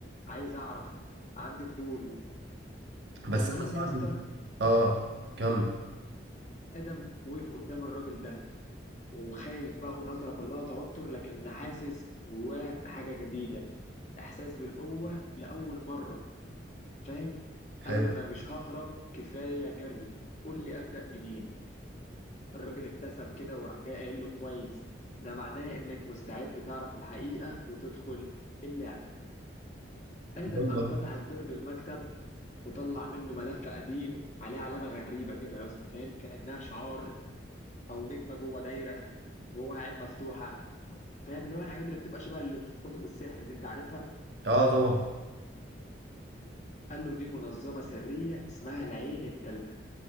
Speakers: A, on the left; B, on the right.
A: عايز أعرف عندي فضول
B: بس
A: المهم
B: انا صاحبي
A: يا اسطى
B: اه كمل
A: آدم وقف قدام الراجل ده وخايف بقى ونظرة كلها توتر لكن حاسس جواه بحاجة جديدة إحساس بالقوة لأول مرة فاهم
B: حلو
A: قال له أنا مش ههرب كفاية جري قول لي أبدأ منين الراجل ابتسم كده وراح جاي قايل له كويس ده معناه إنك مستعد تعرف الحقيقة وتدخل اللعبة آدم
B: يلا
A: قام فتح الدرج المكتب وطلع منه ملف قديم عليه علامة غريبة كده يا اسطى فاهم كأنها شعار أو نجمة جوه دايرة جوه عين مفتوحة فاهم اللي هو الحاجات اللي بتبقى شبه اللي في كتب السحر دي أنت عارفها
B: اه طبعا
A: قال له دي منظمة سرية اسمها العين التالتة